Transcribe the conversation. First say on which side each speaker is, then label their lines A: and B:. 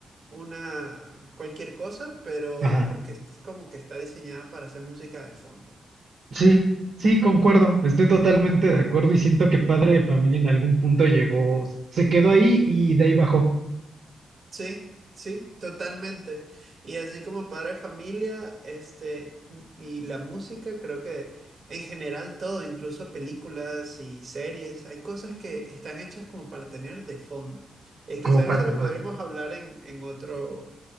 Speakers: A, on the right; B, on the right.
A: una cualquier cosa, pero
B: ajá.
A: es porque es como que está diseñada para hacer música de fondo.
B: Sí, sí, concuerdo. Estoy totalmente de acuerdo y siento que Padre de Familia en algún punto llegó, se quedó ahí y de ahí bajó
A: Sí, sí, totalmente. Y así como padre de familia, este, y la música, creo que en general todo, incluso películas y series, hay cosas que están hechas como para tener de fondo. Y quizás
B: como patronaje.
A: eso lo podremos hablar en, en otro,